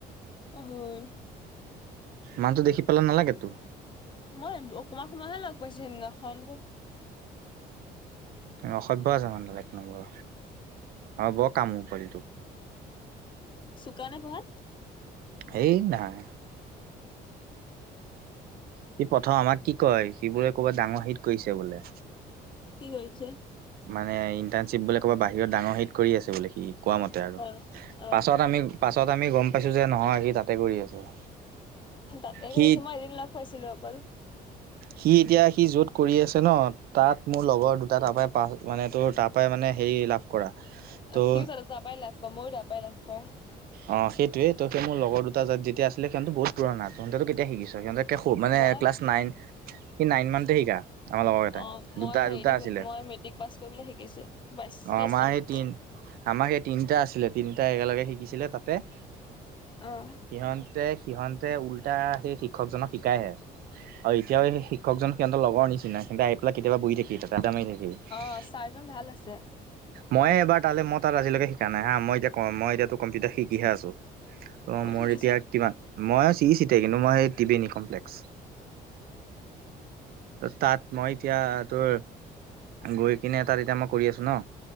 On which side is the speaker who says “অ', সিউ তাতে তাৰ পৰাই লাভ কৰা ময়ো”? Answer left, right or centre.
Left